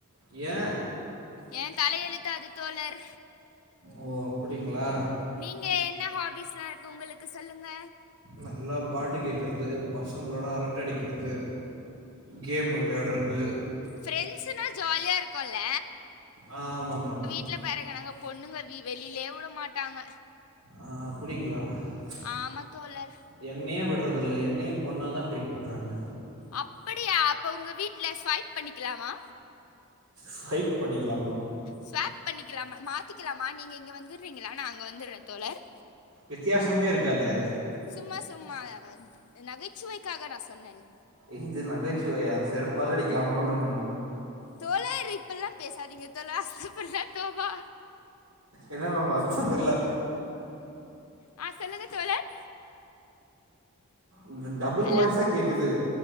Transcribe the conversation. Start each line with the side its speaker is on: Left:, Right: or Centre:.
Right: ஏ
Left: ஏ தலையெழுத்து அது தோழர்
Right: ஓ அப்டிங்களா
Left: நீங்க என்ன ஹாபீஸ்லா இருக்கு உங்களுக்கு சொல்லுங்க
Right: நல்லா பாட்டு கேக்கறது பசங்களோட அரட்ட அடிக்கிறது கேம் விளையாறது
Left: பிரெண்ட்ஸ்னா ஜாலியா இருக்குல்ல
Right: ஆ ஆமா மேம்
Left: சில வீட்ல பாருங்கனாங்க பொண்ணுங்க வெளியிலயே விட மாட்டாங்க
Right: ஆ அப்டிங்களா ச்
Left: ஆமா தோழர்
Right: என்னயே விட்றதில்ல என்னயூ பொண்ணா தா ட்ரீட் பண்ட்றாங்க
Left: அப்படியா அப்ப உங்க வீட்ல ஸ்வைப் பண்ணிக்கலாமா?
Right: ஸ்வைப் பண்ணிக்கலாமா
Left: ஸ்வேப் பண்ணிக்லாமா மாத்திக்லாமா நீங்க இங்க வந்துட்றீங்களா நா அங்க வந்துட்றே தோழர்
Right: வித்தியாசமே இருக்காதே
Left: சும்மா சும்மா அ நகைச்சுவைக்காக நா சொன்னன்
Right: இது நகைச்சுவையா செருப்பால அடிக்கலா போல இருக்கு மேம்
Left: தோழர் இப்பில்லா பேசாதீங்க தோலா இப்பல்லா தோபா
Right: இதாம்மா மாஸ்டரு பிர்ல
Left: ஆ சொல்லுங்க தோழர்.
Right: உன்து டபுள்
Left: ஹலோ
Right: வாய்ஸா கேக்குது